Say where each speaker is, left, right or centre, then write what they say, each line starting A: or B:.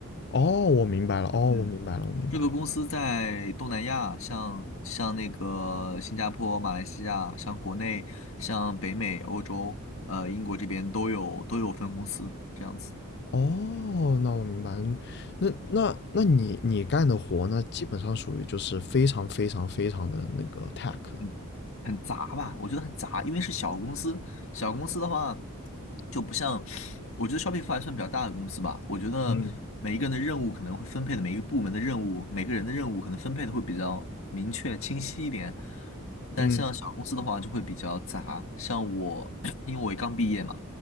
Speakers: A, on the left (about 50°); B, on the left (about 65°).
A: 哦，我明白了，哦，
B: 嗯，
A: 我明白了，我明白了。
B: 这个公司在东南亚，像像那个新加坡、马来西亚，像国内、像北美、欧洲，呃，英国这边都有都有分公司，这样子。
A: 哦，那我明白了那那那你你干的活那基本上属于就是非常非常非常的那个 tech 了
B: 嗯，很杂吧，我觉得很杂，因为是小公司，小公司的话就不像，我觉得 Shopify 还算比较大的公司吧，我觉得每一个人的任务可能会分配的每一个部门的任务，
A: 嗯
B: 每个人的任务可能分配的会比较明确清晰一点，但像小公司的话就会比较杂，
A: 嗯，
B: 像我，<coughs> <clears throat> 因为我也刚毕业嘛。